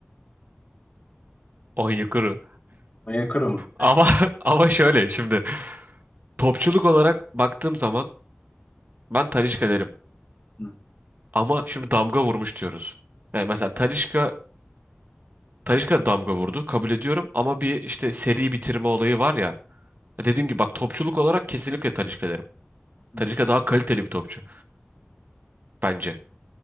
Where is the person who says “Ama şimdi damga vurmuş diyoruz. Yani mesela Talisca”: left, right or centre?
Right